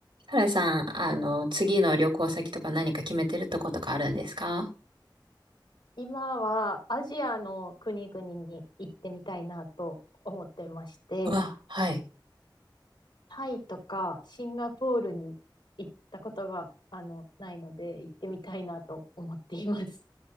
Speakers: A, on the right; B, on the left.
A: タラさん、あの、次の旅行先とか何か決めてるとことかあるんですか
B: 今はアジアの国々に行ってみたいなと思ってまして、
A: あ、はい。
B: タイとかシンガポールに行ったことが、あの、ないので行ってみたいなと思っています。